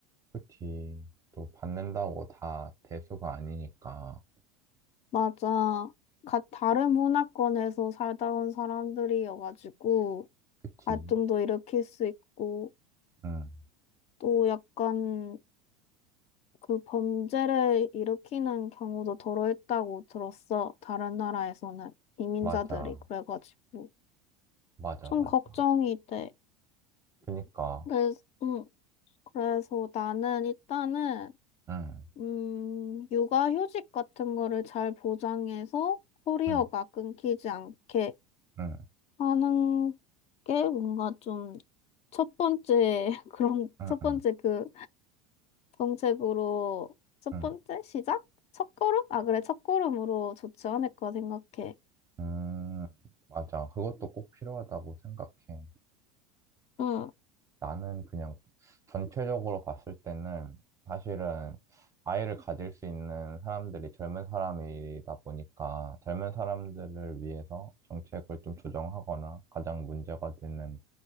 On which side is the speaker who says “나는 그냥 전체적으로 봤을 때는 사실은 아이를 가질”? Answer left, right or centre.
Right